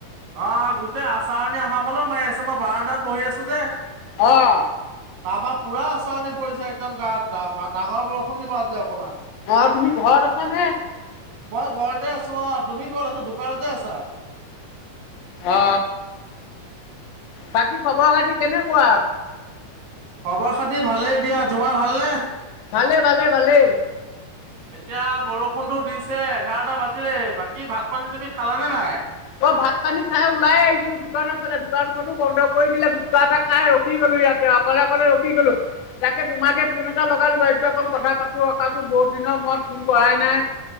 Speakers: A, on the right; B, on the left.
A: অ গোটেই আচাৰণী আমাৰ ফালে মাৰি আছে মই বাৰাণ্ডাত বহি আছো যে।
B: আহ।
A: তাৰ পৰাা পুৰা আচাৰণি পৰিছে একদম গাত ডাঙৰ বৰষুণ দিব আজি অকণমান।
B: অ তুমি ঘৰত আছ নে?
A: মই ঘৰতে আছো অ তুমি কত আছা দোকানতে আছা।
B: অ বাকী খবৰ খাতি কেনেকুৱা?
A: খবৰ খাতি ভালেই দিয়া তোমাৰ ভালনে?
B: ভালে ভালে ভালে
A: এতিয়া বৰষুণটো দিছে এঘাৰটা বাজিলেই বাকী ভাত পানী তুমি খালা নে নাই?
B: মই ভাত পানী খাই ওলাই আহিছিলো দোকানৰ ফালে দোকানখনো বন্ধ কৰি দিলে গুটখা এটা খাই ৰখি গ'লো। ইয়াতে অকলে অকলে ৰখি গ'লো তাকে তোমাকে ফোন এটা লগালো বাৰু এইটো অকণ কথা পাতো ৰখাচোন বহুত দিনৰ মুৰত ফোন কৰাই নাই।